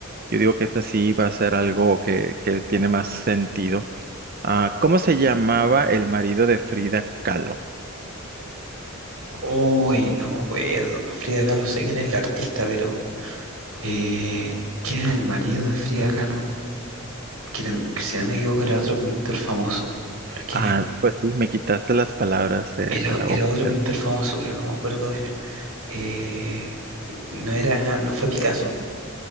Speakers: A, on the right (about 45°); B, on the right (about 90°).
A: Yo digo que esta sí va a ser algo que, que tiene más sentido. Ah, ¿cómo se llamaba el marido de Frida Kahlo?
B: Uy, no me acuerdo. Frida Kahlo, sé quién es la artista, pero eh, ¿quién era el marido de Frida Kahlo? Que era- que si no me equivoco, era otro pintor famoso. ¿Pero quién
A: Ah,
B: era?
A: pues sí, me quitaste las palabras de,
B: Era,
A: de la
B: era
A: boca,
B: otro
A: pero
B: pintor famoso, pero no me acuerdo quién era. Eh, ¿no era, no fue Picasso?